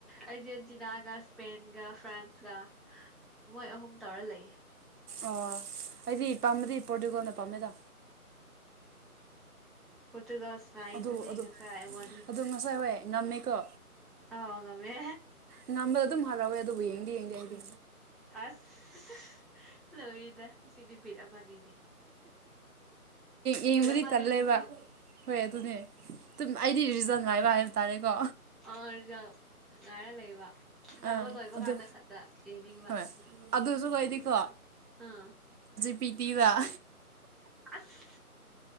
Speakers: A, in the centre; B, on the right (about 80°).
A: ꯑꯔꯖꯦꯟꯇꯤꯅꯥꯒ ꯏꯁꯄꯦꯟꯒ ꯐ꯭ꯔꯥꯟꯁꯀ ꯃꯣꯏ ꯑꯍꯨꯝ ꯇꯧꯔ ꯂꯩꯌꯦ
B: ꯑ ꯑꯩꯗꯤ ꯄꯥꯝꯃꯦꯗꯤ ꯄ꯭ꯔꯣꯇꯀꯣꯜꯅ ꯄꯥꯝꯃꯦꯗ
A: ꯑ ꯇꯒ ꯁꯅꯥ ꯏꯗꯨꯗꯤꯒꯁꯥꯏ
B: ꯑꯗꯨ ꯑꯗꯨ
A: ꯃ
B: ꯑꯗꯨ ꯉꯁꯥꯏ ꯍꯣꯏ ꯉꯝꯃꯦꯀꯣ
A: ꯑ ꯉꯃꯃꯦ
B: ꯉꯝꯕꯗ ꯑꯗꯨꯝ ꯍꯔꯥꯎꯋꯦ ꯑꯗꯨꯕꯨ ꯌꯦꯡꯗꯤ ꯌꯦꯡꯗꯤ ꯍꯥꯏꯗꯤ
A: ꯑꯁ ꯂꯣꯏꯔꯤꯗ ꯁꯤ ꯅꯨ ꯠ ꯑꯃꯅꯤꯅꯦ
B: ꯌꯦꯡꯕꯨꯗꯤ
A: ꯕꯤꯠ ꯑꯃꯅꯦ
B: ꯇꯜꯂꯦꯕ
A: ꯑꯗꯨꯁꯨ
B: ꯍꯣꯏ ꯑꯗꯨꯅꯦ ꯑꯩꯗꯤ ꯔꯤꯖꯟ ꯉꯥꯏꯕ ꯍꯥꯏꯕ ꯇꯥꯔꯦꯀꯣ
A: ꯑ ꯂꯥꯏꯔ ꯂꯩꯕ ꯑꯅꯥꯅꯕ
B: ꯑꯥ
A: ꯂꯣꯏꯕ
B: ꯑꯗꯨ
A: ꯀꯥꯟꯗ ꯈꯛꯇ ꯌꯦꯡꯅꯤꯡꯕ
B: ꯍꯣꯏ ꯑꯗꯨꯁꯨ ꯀꯩꯗꯤꯀꯣ
A: ꯑꯥ
B: ꯄꯤꯇꯗ
A: ꯑꯁ